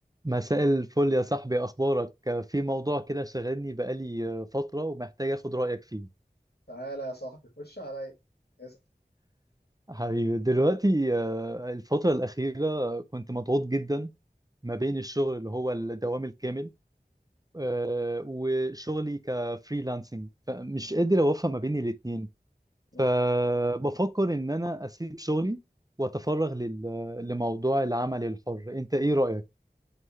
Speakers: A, on the right (about 20°); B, on the left (about 70°).
A: مساء الفل يا صاحبي أخبارك في موضوع كده شاغلني بقالي فترة ومحتاج أخد رأيك فيه
B: تعالى يا صاحبي خش عليا اسأل
A: حبيبي دلوقتي آه، الفترة الأخيرة كنت مضغوط جدا ما بين الشغل اللي هو الدوام الكامل آه، وشغلي كفريلانسنج فمش قادر أوفق ما بين الاتنين
B: مم.
A: فبفكر إن أنا أسيب شغلي وأتفرغ لل- لموضوع العمل الحر أنت إيه رأيك؟